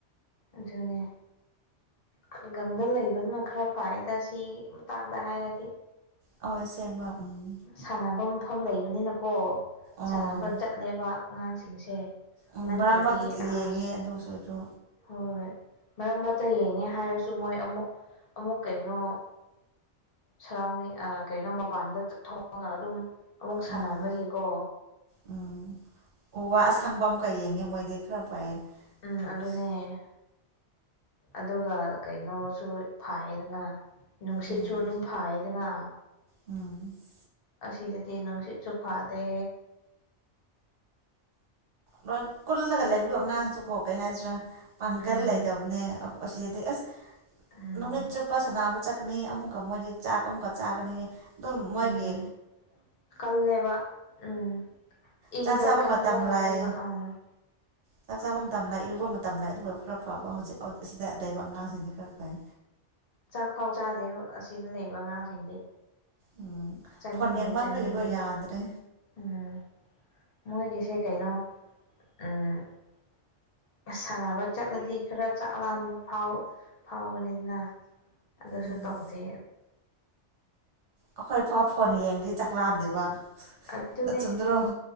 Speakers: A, on the left; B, on the right.
A: ꯑꯗꯨꯅꯦ ꯈꯨꯡꯒꯪꯗ ꯂꯩꯕꯗꯨꯅ ꯈꯔ ꯐꯩꯗ ꯁꯤ ꯃꯇꯥꯡꯗ ꯍꯥꯏꯔꯗꯤ
B: ꯑꯣ ꯑꯁꯦꯡꯕ ꯎꯝ
A: ꯁꯥꯟꯅꯕ ꯃꯐꯝ ꯂꯩꯕꯅꯤꯅꯀꯣ
B: ꯑꯣ
A: ꯁꯥꯟꯅꯕ ꯆꯠꯂꯦꯕ ꯑꯉꯥꯡꯁꯤꯡꯁꯦ
B: ꯎꯝ
A: ꯅꯠꯇ꯭ꯔꯗꯤ
B: ꯃꯔꯛ ꯃꯔꯛꯇ
A: ꯑꯁ
B: ꯌꯦꯡꯉꯦ ꯑꯗꯨ ꯁꯔꯁꯨ
A: ꯍꯣꯏ ꯃꯔꯛ ꯃꯔꯛꯇ ꯌꯦꯡꯉꯦ ꯍꯥꯏꯔꯁꯨ ꯃꯣꯏ ꯑꯃꯨꯛ ꯑꯃꯨꯛ ꯀꯩꯅꯣ ꯁꯔꯥꯎꯟꯗꯤꯡ ꯀꯩꯅꯣ ꯃꯄꯥꯟꯗ ꯊꯣꯛꯑꯒ ꯑꯗꯨꯝ ꯑꯃꯨꯛ ꯁꯥꯟꯅꯕꯒꯤꯀꯣ
B: ꯎꯝ ꯎꯝ ꯎ ꯋꯥ ꯑꯁꯪꯕ ꯑꯃꯀ ꯌꯦꯡꯉꯦ ꯃꯣꯏꯗꯤ ꯈꯔ ꯐꯩꯌꯦ
A: ꯎꯝ ꯑꯗꯨꯅꯦ
B: ꯑꯁ
A: ꯑꯗꯨꯒ ꯀꯩꯅꯣꯁꯨ ꯐꯥꯏꯌꯦꯗꯅ ꯅꯨꯡꯁꯤꯠꯁꯨ
B: ꯎꯝ
A: ꯑꯗꯨꯝ ꯐꯩꯌꯦꯗꯅ
B: ꯂꯣꯏ
A: ꯑꯁꯤꯗꯗꯤ ꯅꯨꯡꯁꯤꯠꯁꯨ ꯐꯗꯦ
B: ꯂꯣꯏ ꯀꯨꯜꯂꯒ ꯂꯩꯕꯌꯣ ꯑꯉꯥꯡꯁꯨ ꯀꯣ ꯀꯩ ꯍꯥꯏꯁꯤꯔꯥ ꯄꯥꯡꯒꯜ
A: ꯎꯝ
B: ꯂꯩꯇꯕꯅꯦ ꯑꯣ ꯑꯁꯤꯗꯗꯤ ꯑꯁ
A: ꯎꯝ
B: ꯅꯨꯃꯤꯠ ꯆꯨꯞꯄ ꯁꯥꯅꯕ ꯆꯠꯀꯅꯤ ꯑꯃꯨꯛꯀ ꯃꯣꯏꯗꯤ ꯆꯥꯛ ꯑꯃꯨꯛꯀ ꯆꯥꯒꯅꯤ ꯑꯗꯨꯝ ꯃꯣꯏꯒꯤ
A: ꯎꯝ ꯀꯜꯂꯦꯕ ꯎꯝ ꯏꯗꯣ
B: ꯆꯥꯛ ꯆꯥꯕ
A: ꯀꯟꯕ
B: ꯃꯇꯝ
A: ꯍꯧꯔꯦꯕ
B: ꯂꯩ
A: ꯑꯥ
B: ꯆꯥꯛ ꯆꯥꯕ ꯃꯇꯝ ꯂꯩ ꯏꯔꯨꯕ ꯃꯇꯝ ꯂꯩ ꯑꯗꯨꯒ ꯈꯔ ꯐꯕ ꯍꯧꯖꯤꯛ ꯑꯁꯤꯗ ꯂꯩꯕ ꯑꯉꯥꯡꯁꯤꯡꯗꯤ ꯈꯔ ꯐꯩ
A: ꯆꯥꯛ ꯐꯥꯎ ꯆꯥꯗꯦ ꯍ ꯑꯁꯤꯗ ꯂꯩꯕ ꯉꯥꯁꯤꯡꯗꯤ
B: ꯎꯝ
A: ꯆꯥꯅꯤꯡꯗꯦ
B: ꯐꯣꯟ ꯌꯦꯡꯃꯟꯕꯒꯤꯀꯣ
A: ꯆꯥꯅꯤꯡꯗꯦ
B: ꯌꯥꯗ꯭ꯔꯦ
A: ꯎꯝ ꯃꯣꯏꯒꯤꯁꯦ ꯀꯩꯅꯣ ꯑꯝ ꯁꯥꯟꯅꯕ ꯆꯠꯂꯗꯤ ꯈꯔ ꯆꯥꯛ ꯂꯥꯝꯕ ꯐꯥꯎ ꯐꯥꯎꯕꯅꯤꯗꯅ ꯑꯗꯨꯁꯨ
B: ꯎꯝ
A: ꯇꯧꯗꯦ
B: ꯑꯩꯈꯣꯏ ꯐꯥꯎ ꯐꯣꯟ ꯌꯦꯡꯗꯤ ꯆꯥꯛꯂꯥꯝꯗꯦꯕ
A: ꯑꯗꯨꯅꯦ
B: ꯅ ꯆꯨꯝꯗ꯭ꯔꯣ